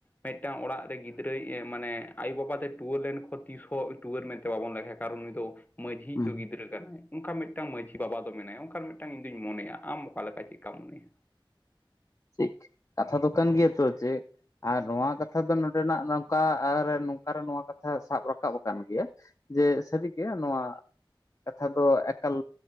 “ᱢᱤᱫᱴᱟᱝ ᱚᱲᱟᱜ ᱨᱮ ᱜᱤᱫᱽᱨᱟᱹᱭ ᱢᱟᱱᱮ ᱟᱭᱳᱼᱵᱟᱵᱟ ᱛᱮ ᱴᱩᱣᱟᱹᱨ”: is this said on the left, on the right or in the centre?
Left